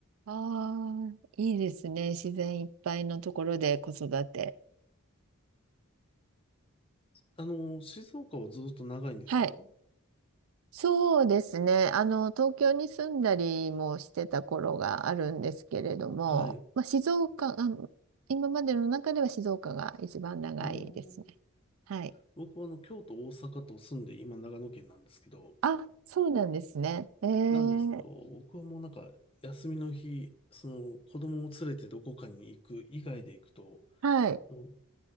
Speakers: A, on the right; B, on the left.
A: あー、いいですね。自然いっぱいのところで子育て。
B: あの、静岡はずっと長いんですか
A: はい。そうですね。あの、東京に住んだりもしてた頃があるんですけれども、
B: はい。
A: まあ、静岡、あの今までの中では静岡が一番長いですね。
B: あー
A: はい。
B: 僕はあの、京都、大阪と住んで、今長野県なんですけど、
A: あ、そうなんですね。えー、
B: なんですけど、僕はもうなんか、休みの日、その、子供を連れてどこかに行く以外で行くと、
A: はい、
B: も